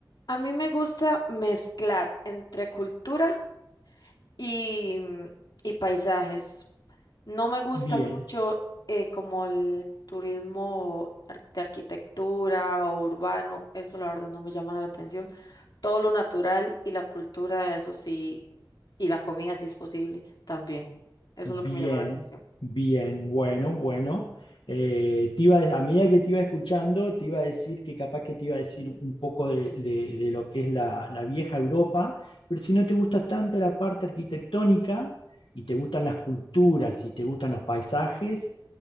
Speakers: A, on the left; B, on the left.
A: A mí me gusta mezclar entre cultura y, y paisajes. No me gusta
B: Bien.
A: mucho eh, como el turismo ar- de arquitectura o urbano, eso la verdad no me llama la atención. Todo lo natural y la cultura, eso sí, y la comida si es posible también. Eso
B: Bien,
A: es lo que me llama la atención.
B: bien, bueno, bueno. Eh, te iba a, a medida que te iba escuchando, te iba a decir que capaz que te iba a decir un poco de, de- de lo que es la, la vieja Europa, pero si no te gusta tanto la parte arquitectónica y te gustan las culturas y te gustan los paisajes,